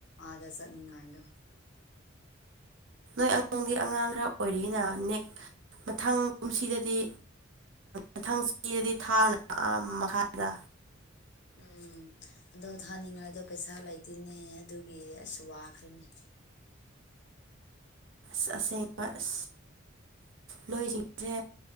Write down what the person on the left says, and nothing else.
ꯑꯥꯗ ꯆꯠꯅꯤꯡꯉꯥꯏꯗꯣ
ꯎꯝ ꯑꯗꯣ ꯊꯥꯅꯤꯡꯉꯥꯏꯗꯣ ꯄꯩꯁꯥ ꯂꯩꯇꯦꯅꯦ ꯑꯗꯨꯒꯤ ꯑꯩꯁꯨ ꯋꯥꯈ꯭ꯔꯅꯦ